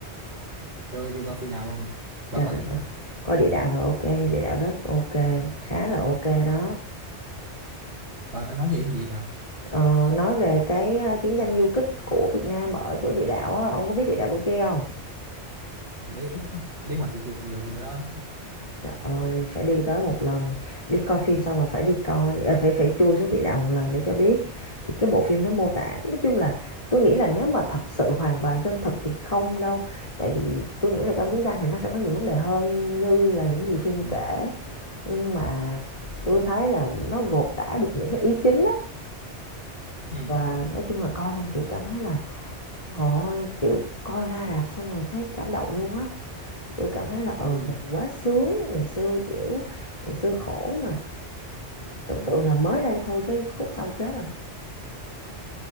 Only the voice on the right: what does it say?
chưa chưa coi phim nào luôn bà
coi
chưa
bà nói về cái gì vậy bà
biết biết mà tôi chưa bao giờ từ đó
ừ.
Ừ.
Ừ.